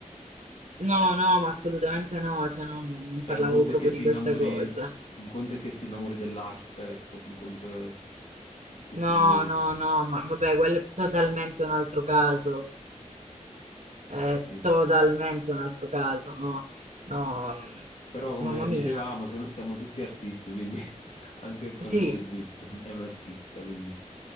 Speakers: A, on the right; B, on the left.
A: No, no, ma assolutamente no, cioè non, non
B: Cioè,
A: parlavo
B: un conto
A: proprio
B: è che ti
A: di questa
B: innamori,
A: cosa.
B: un conto è che ti innamori dell'arte, ecco, un conto è è che ti
A: No,
B: innamori,
A: no, no, ma vabbè, quello è totalmente un altro caso, è
B: sì.
A: totalmente un altro caso, no, no, mm,
B: Però, come
A: mamma
B: dicevamo,
A: mia,
B: sono- siamo tutti artisti, quindi <laughs> anche, anche
A: sì.
B: Wade Wilson è un artista, quindi